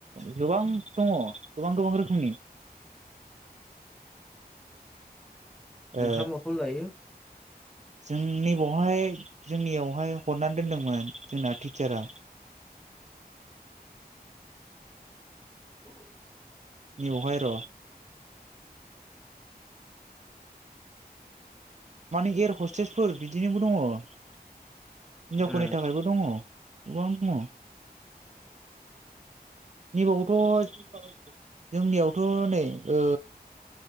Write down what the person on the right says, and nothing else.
गोबां दङ गोबां गोबां रोखोमनि।
ओ
जोंनि बेवहाय जोंनियावहाय हरनानै दोनदोंमोन जोंना टिचारा
रहाय र माने एयार हस्टेजफोर बिदिनोबो दङ। हिनजावफोरनि
थाखायबो दङ। गोबां दङ नैबावथ‌ जोंनियावथ नै ओ